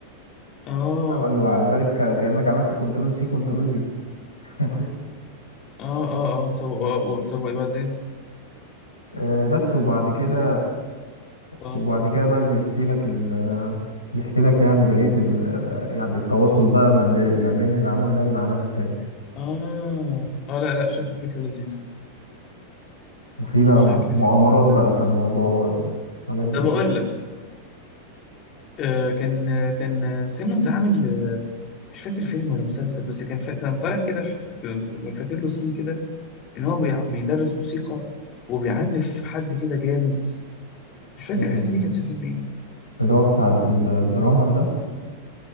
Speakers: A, on the left; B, on the left.
A: اه
B: عمل له عملت ك- كأنك عملت كنترول سي كنترول في <laughs>
A: اه اه اه طب آه آه، طب وايه بعدين
B: آه، بس وبعد كده
A: اه
B: وبعد كده بقى بيحكي لك ال... بيحكي لك يعني بقية ال... آه، يعني التواصل بقى ما, بي... ما بين العالم ده والعالم التاني
A: اه اه لا لا شكل فكرة لذيذة
B: وفي بقى
A: شكل
B: مؤامرات
A: فكرة
B: بقى
A: لذيذة.
B: في الموضوع وحاجات زي
A: طب اقول لك آه كان آه، كان آه، سيمونز عامل آه، مش فاكر فيلم ولا مسلسل بس كان فا... كان طالع كده في... في... في... فاكر له سين كده ان هو بيع... بيدرس موسيقى وبيعنف حد كده جامد مش فاكر
B: كده
A: الحتة دي كانت في فيلم ايه
B: اللي هو بتاع ال- الدرامر ده